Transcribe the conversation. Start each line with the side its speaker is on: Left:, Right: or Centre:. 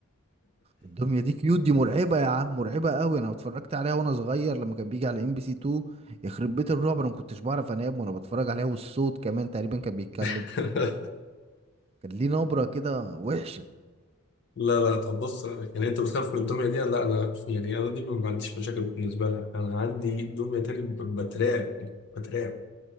Right: الدميه دي كيوت دي مرعبه يا عم مرعبه قوي انا اتفرجت عليها وانا صغير لما كان بيجي على ام بي سي 2 يخرب بيت الرعب انا ما كنتش بعرف انام وانا بتفرج عليها والصوت كمان تقريبا كان بيتكلم
Left: <laughs>
Right: كان ليه نبره كده وحشه
Left: لا لا طب بص يعني انت بتخاف من الدمية دي لا انا يعني انا دي ما عنديش مشاكل بالنسبة لها انا عندي دمية تاني ب- بترعب بترعب